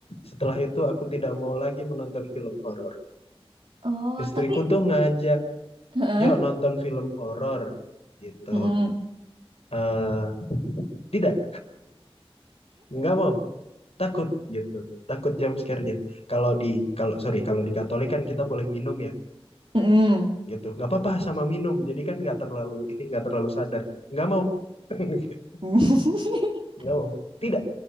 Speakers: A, on the left; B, on the right.
A: Setelah itu aku tidak mau lagi menonton film horor.
B: Oh,
A: Istriku
B: tapi
A: tuh ngajak,
B: Heeh.
A: yuk nonton film horor. Gitu.
B: Mm-mm.
A: eh tidak, nggak mau. takut gitu takut jam scare-nya kalau di kalau sorry kalau di Katolik kan kita boleh minum ya
B: Mm-mm.
A: gitu nggak apa-apa sama minum jadi kan nggak terlalu ini nggak terlalu sadar nggak mau <laughs>
B: <laughs>
A: nggak mau tidak